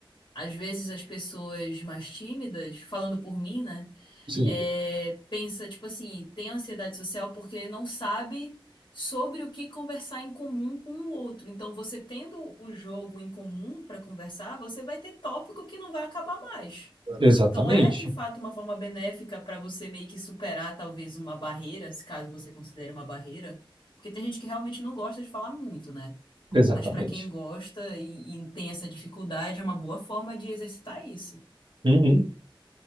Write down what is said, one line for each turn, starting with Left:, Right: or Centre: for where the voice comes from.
Left: às vezes as pessoas mais tímidas, falando por mim, né?
Right: Sim,
Left: É, pensa, tipo assim, tem ansiedade social porque não sabe sobre o que conversar em comum com o outro. Então, você tendo o jogo em comum para conversar, você vai ter tópico que não vai acabar mais.
Right: exatamente,
Left: Então é de fato uma forma benéfica para você meio que superar talvez uma barreira, se caso você considere uma barreira, porque tem gente que realmente não gosta de falar muito, né?
Right: exatamente.
Left: Mas para quem gosta e, e tem essa dificuldade, é uma boa forma de exercitar isso.
Right: Uhum.